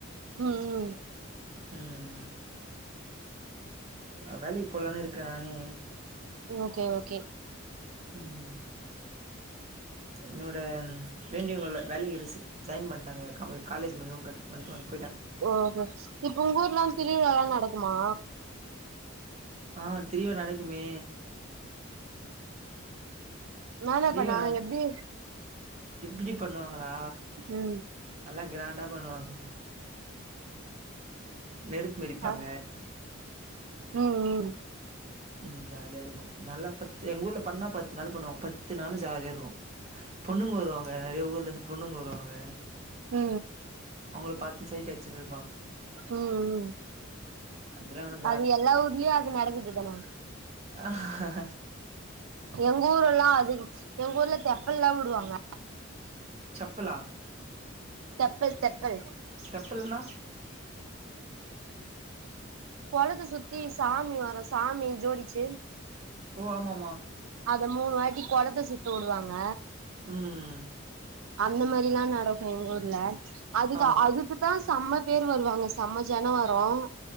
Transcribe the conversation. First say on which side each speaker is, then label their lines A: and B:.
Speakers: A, on the right; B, on the right.
A: ம் ம்
B: ம் வ வேலைக்கு போலானு இருக்க நானு
A: ஓகே ஓகே
B: உம் என்னோட வேண்டியவங்ள வேலைக்கு ரிசீம் சைன் பண்ட்டாங்க கமுல் காலேஜ் மூழியமா கண் கண்கானிப்
A: ஓ இப்போ உங்க ஊர்லா திருவிழாலா நடக் மா
B: ஆஹ் திரிவிழா நடக்குமே
A: மேல
B: கீரீவா
A: இப்ப நாங்க
B: நடக்கு
A: எப்டி
B: இப்பிடி பண்ணுவாங்குளா
A: ம்
B: நல்லா கிராண்டா பண்ணுவாங்க நெருப்பு மெரிப்பாங்க
A: அஹ் மா உம் உம்
B: உம் ஜாலியா இருக்கு நல்லா பத்து எங்க ஊர்ல பண்ணா பத்து நாளு பண்ணுவாங்க பத்து நாளு ஜாலியா இருக்கு பொண்ணுங்கு வருவாங்க நெறையா ஊர்ல இருந்து பொண்ணுங்கு வருவாங்க
A: ம்
B: அவுங்குள பாத் சைட் ஆட்ச்சுன்ரு
A: உம் உம்
B: அதெல்லா ஆனா
A: அது எல்லா ஊர்லியு அது நடக்குது தான
B: அஹ் ஹ ஹ
A: எங்க ஊர் எல்லா அதி எங்க ஊர்ல தெப்பல்லா உடுவாங்க
B: செப்பலா
A: தெப்பல் தெப்பல்
B: செப்பல்னா
A: கொளத்த சுத்தி சாமி வரு சாமி ஜோடிச்சு
B: ஓ ஆமாமா
A: அத மூணு வாட்டி கொளத் த சுத்த உடுவாங்க
B: உம்
A: அந்த மாரிலா நடக்கு எங்க ஊர்ல அதுதா
B: ஆ
A: அதுக்கு தா செம்ம பேரு வருவாங்க செம்ம ஜனம் வரும்